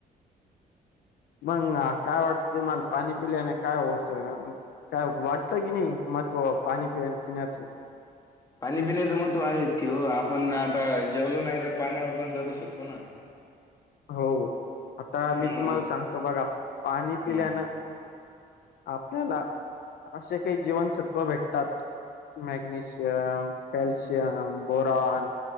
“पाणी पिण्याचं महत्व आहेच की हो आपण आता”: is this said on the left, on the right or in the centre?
Left